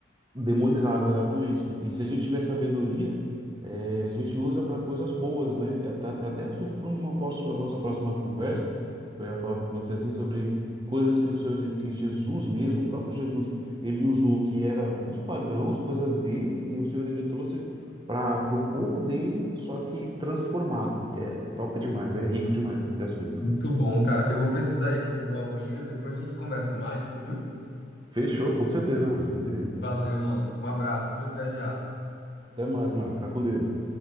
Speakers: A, on the right (about 25°); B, on the left (about 55°).
A: Demonizável, exatamente. E se a gente tiver sabedoria, eh, a gente usa para coisas boas, né? É, da- é até assunto para uma próxima, nossa próxima conversa. Eu ia falar para você assim sobre coisas que o Senhor, que Jesus mesmo, o próprio Jesus, ele usou que era dos pagãos, coisas dele, e o Senhor ele trouxe para o povo dele, só que transformado. E é top demais, é rico demais de assunto.
B: Muito bom, cara. Eu vou precisar ir aqui que eu vou ao banheiro, depois a gente conversa mais, viu?
A: Fechou, com certeza, mano. Beleza.
B: Valeu, mano. Um abraço, viu? Até já.
A: Até mais, Marco. Fica com Deus.